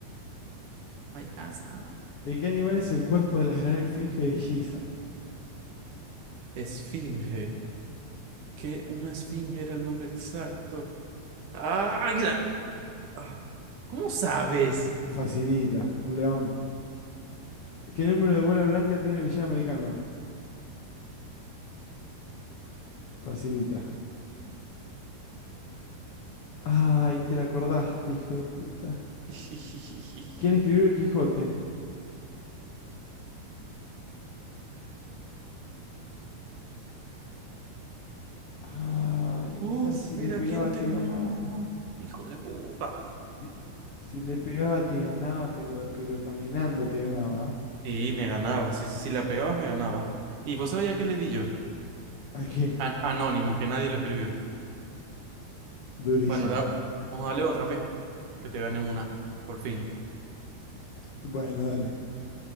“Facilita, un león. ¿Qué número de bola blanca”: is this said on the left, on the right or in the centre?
Left